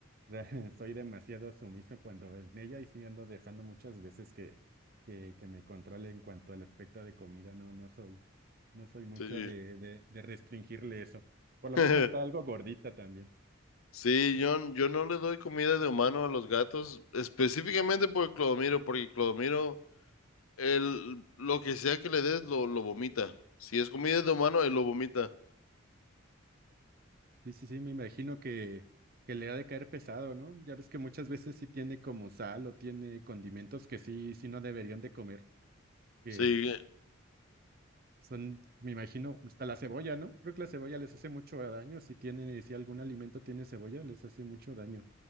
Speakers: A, on the right; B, on the left.
A: <laughs> soy demasiado sumiso cuando en ella y sí ando dejando muchas veces que que, que me controle en cuanto al aspecto de comida, no, no soy, no soy mucho
B: sí.
A: de, de, de restringirle eso. Por lo
B: <laughs>
A: mismo está algo gordita también.
B: Sí, yo, yo no le doy comida de humano a los gatos, específicamente por Clodomiro, porque Clodomiro El, lo que sea que le des, lo, lo vomita. Si es comida de humano, él lo vomita.
A: Sí, sí, sí, me imagino que, que le ha de caer pesado, ¿no? Ya ves que muchas veces sí tiene como sal o tiene condimentos que sí, sí no deberían de comer, que
B: Sí,
A: son, me imagino, hasta la cebolla, ¿no? Creo que la cebolla les hace mucho daño, si tiene, si algún alimento tiene cebolla, les hace mucho daño.